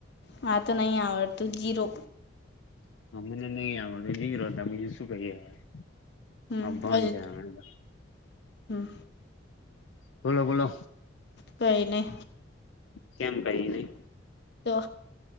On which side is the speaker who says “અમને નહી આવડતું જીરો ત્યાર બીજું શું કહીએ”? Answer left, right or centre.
Left